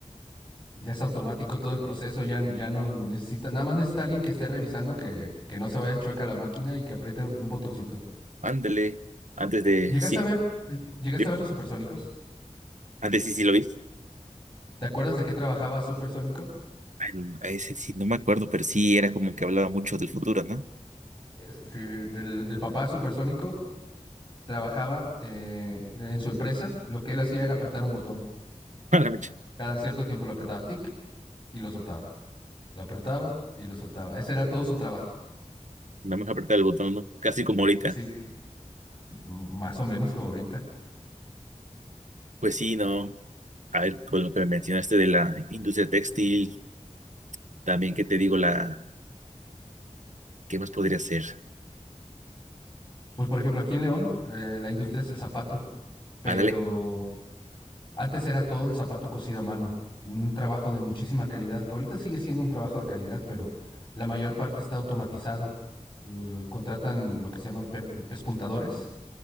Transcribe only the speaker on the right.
Ándale, antes de,
sí,
de-
antes sí, sí lo vi.
Bueno, a ese sí, no me acuerdo, pero sí era como que hablaba mucho del futuro, ¿no?
<laughs> A la mecha,
no me apretar el botón, ¿no? Casi como ahorita.
Pues sí, no. A ver, con lo que me mencionaste de la industria textil, también, ¿qué te digo? La, ¿qué más podría ser?
Ándale,